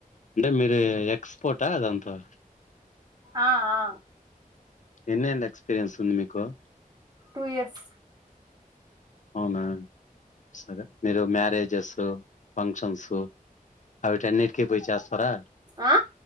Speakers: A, on the left; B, on the right.
A: అంటే మీరు ఎక్స్పోట అదంతా
B: ఆ ఆ
A: ఎన్నేళ్ల ఎక్స్పీరియన్స్ ఉంది మీక్ క
B: టూ ఇయర్స్
A: అవునా సరే మీరు మ్యారేజెస్ ఫంక్షన్స్ అవిటిన్నిటికీ పోయి చేస్తారా
B: ఆ